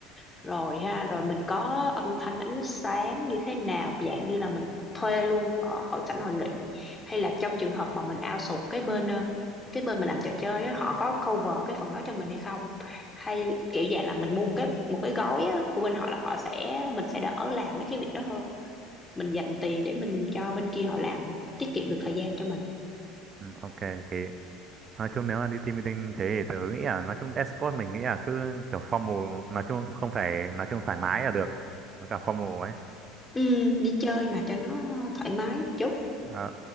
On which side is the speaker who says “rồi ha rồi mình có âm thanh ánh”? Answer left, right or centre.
Left